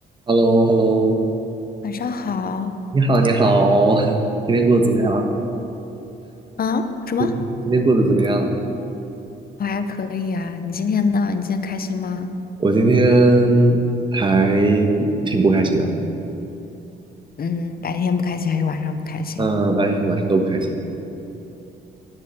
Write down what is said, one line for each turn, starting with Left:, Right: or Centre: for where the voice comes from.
Right: h e l l o h e l l o
Left: 晚上好
Right: 你好，你好，<laughs> 今天过得怎么样？
Left: 啊？什么？
Right: 今今天过得怎么样？
Left: 我还可以啊。你今天呢？你今天开心吗？
Right: 我今天还不挺不开心的，
Left: 嗯，白天不开心还是晚上不开心？
Right: 嗯、白天和晚上都不开心。